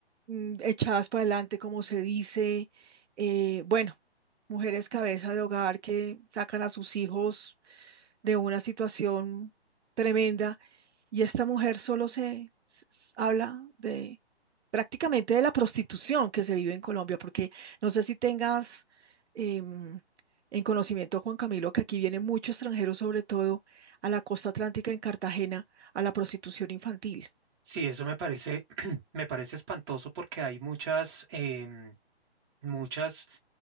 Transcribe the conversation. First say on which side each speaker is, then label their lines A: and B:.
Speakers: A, on the right (about 75°); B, on the right (about 20°).
A: mm, echadas para adelante, como se dice, eh, bueno, mujeres cabeza de hogar que sacan a sus hijos de una situación tremenda, y esta mujer solo se s- s- habla de prácticamente de la prostitución que se vive en Colombia, porque no sé si tengas em, en conocimiento, Juan Camilo, que aquí viene mucho extranjero, sobre todo a la costa atlántica en Cartagena, a la prostitución infantil.
B: Sí, eso me parece, <clears throat> me parece espantoso porque hay muchas, em, Muchas,